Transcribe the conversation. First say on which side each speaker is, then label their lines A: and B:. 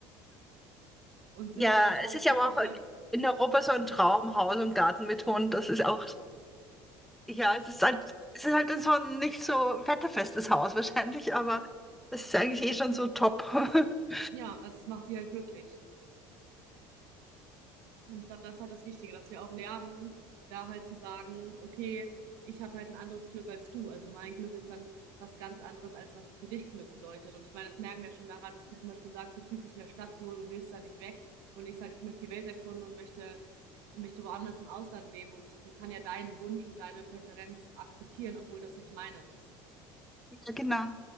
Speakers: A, on the right (about 85°); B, in the centre.
A: Und sind
B: Ja,
A: dann aber total
B: es ist
A: glücklich,
B: ja aber auch
A: weil
B: in Europa so ein Traum, Haus und Garten mit Hund. Das ist auch, ja, es ist halt, es ist halt so ein nicht so wetterfestes Haus wahrscheinlich, aber es ist eigentlich eh schon so top. <laughs>
A: Ja, also es macht sie halt glücklich. Und ich glaube, das ist halt das Wichtige, dass wir auch lernen, da halt zu sagen, okay, ich habe halt ein anderes Glück als du. Also mein Glück ist dann was ganz anderes, als was für dich Glück bedeutet. Und ich meine, das merken wir ja schon daran, dass du zum Beispiel sagst, du fühlst dich in der Stadt wohl und willst da nicht weg. Und ich sage, ich möchte die Welt erkunden und möchte, möchte woanders im Ausland leben. Und ich kann ja deinen Wunsch und deine Präferenz akzeptieren, obwohl das nicht meine ist.
B: Ja, genau.